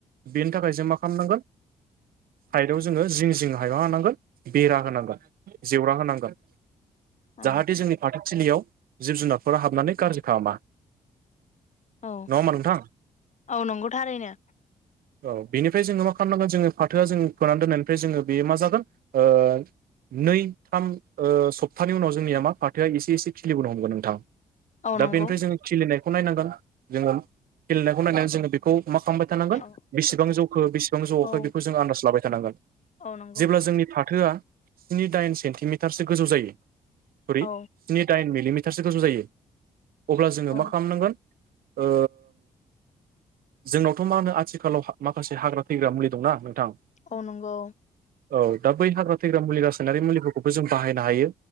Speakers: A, on the right; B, on the left.
A: बेनि थाखाय जों मा खामनांगोन साइदआव जोङो जिं जिं हायाव मा होनानांगोन बेरा होनांगोन जेवरा होनांगोन
B: औ
A: जाहाथे जोंनि फाथोथिलिआव जिब जुनारफोरा हाबनानै गाज्रि खालामा
B: औ
A: नङा होमबा नोंथां
B: औ नोंगौथारैनो
A: ओ बेनिफाय जोङो मा खालामनांगोन जोङो फाथोआ जो फोनानै दोननायनिफ्राय जोङो बेयो मा जागोन ओ नै थाम ओ सप्तानि उनाव जोंनिआ मा फाथोआ एसे एसे खिलिबोनो हमगोन नोंथां
B: औ नंगौ
A: दा बेनिफ्राय जोङो खिलिनायखौ नायनांगोन जोङो खेलनायखौ नायनानै जोङो बे मा खालाबाय थानांगोन
B: औ
A: बेसेबां जौखो बेसेबां जौआखै
B: औ
A: बेखौ जों आन्दाज लाबाय थानांगोन
B: औ नंगौ
A: जेब्ला जोंनि फाथोआ स्नि दाइन सेन्टिमिटारसो गोजौ जायो जेरै
B: औ
A: स्नि दाइन मिलिमिटारसो गोसो जायो अब्ला जोङो
B: औ
A: मा खालामनांगोन ओ जोंनावथ' मा होनो आथिखालाव माखासे हाग्रा थैग्रा मुलि दंना नोंथां
B: औ नोंगौ
A: औ दा बै हाग्रा थैग्रा मुलि रासायनारि मुलिफोरखौबो जों बाहायनो हायो